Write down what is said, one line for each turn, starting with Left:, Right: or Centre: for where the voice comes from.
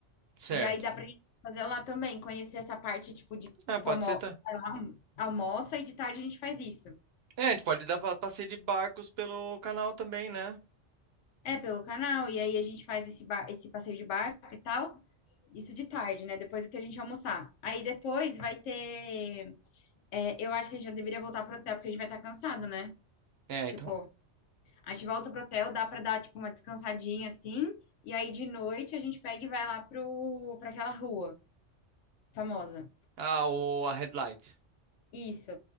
Right: certo.
Left: E aí dá pra gente fazer lá também, conhecer essa parte, tipo, de,
Right: Ah,
Left: tipo,
Right: pode
Left: almo
Right: ser, tá?
Left: sei lá, almoça e de tarde a gente faz isso.
Right: É, a gente pode dar pa- passeio de barcos pelo canal também, né?
Left: É, pelo canal, e aí a gente faz esse, bar esse passeio de barco e tal. Isso de tarde, né? Depois que a gente almoçar. Aí depois vai ter. é, eu acho que a gente já deveria voltar pro hotel, porque a gente vai estar cansado, né?
Right: É,
Left: Tipo.
Right: então.
Left: A gente volta pro hotel, dá pra dar, tipo, uma descansadinha assim. E aí de noite a gente pega e vai lá pro, pra aquela rua famosa.
Right: Ah, o, a Headlight.
Left: Isso.